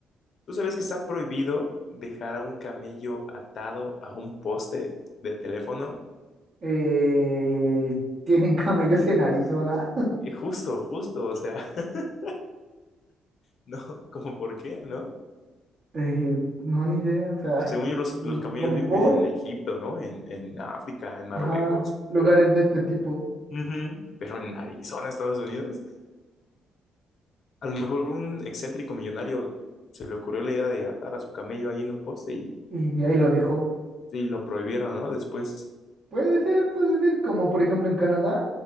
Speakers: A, on the left; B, on the right.
A: ¿tú sabías que está prohibido dejar a un camello atado a un poste de teléfono?
B: Eh, ¿tienen <laughs> camellos en Arizona?
A: Eh, Justo, justo, o sea, <laughs> no, como por qué, ¿no?
B: Eh, no, ni idea. O sea,
A: Según yo, los, los
B: mm,
A: camellos
B: como
A: viven
B: por,
A: en Egipto, ¿no? En, en África, en Marruecos,
B: ajá, lugares
A: pero,
B: de este tipo.
A: Ujú. pero en Arizona, Estados Unidos. A lo mejor un excéntrico millonario se le ocurrió la idea de atar a su camello ahí en un poste y,
B: Y ahí lo dejó.
A: y lo prohibieron, ¿no? Después,
B: Puede ser, puede ser. Como por ejemplo en Canadá,